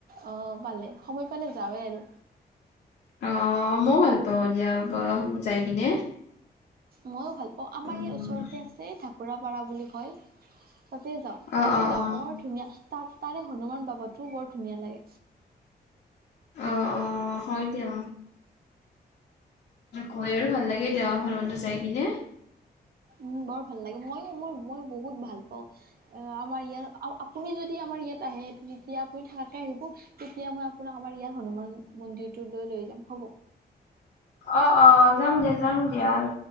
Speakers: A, on the right (about 60°); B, on the left (about 80°).
A: অ পালে সময় মানে যাওৱেই আৰু
B: আহ মই ভাল পাওঁ দিয়া যাই কিনে
A: মইয়ো ভাল অঁ আমাৰ
B: উম
A: ইয়াত ওচৰতে আছে পুৰাপাৰা বুলি কয় তাতে যাওঁ
B: অ
A: তাতে
B: অ
A: যাওঁ
B: অ
A: বৰ ধুনীয়া তাত তাৰে হনুমান বাবা টোও বৰ ধুনীয়া লাগে
B: আহ অ হয় দিয়া কৈ আৰু ভাল লাগে এতিয়া হনুমান মন্দিৰ যাই কিনে
A: উম বৰ ভাল লাগে মইো মোৰ মইো বহুত ভাল পাওঁ আহ আমাৰ ইয়াত আপুনি যদি আমাৰ ইয়াত আহে তেতিয়া আপুনি থাকাকে আহিব তেতিয়া মই আপোনাক আমাৰ ইয়াত হনুমান মন্দিৰটোলৈ লৈ যাম হ'ব
B: অ অ যাম দিয়া যাম দিয়া আৰু